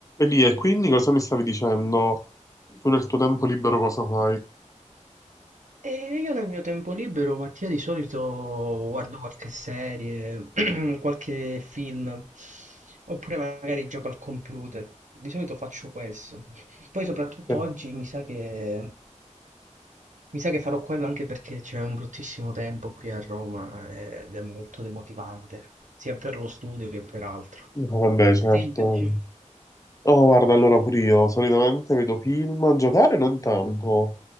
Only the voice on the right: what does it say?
E io nel mio tempo libero, Mattia, di solito guardo qualche serie, <clears throat> qualche film, oppure magari gioco al computer. Di solito faccio questo. Poi soprattutto
oggi mi sa che, mi sa che farò quello anche perché c'è un bruttissimo tempo qui a Roma eh, ed è molto demotivante, sia per lo studio che per altro.
Sì, invece?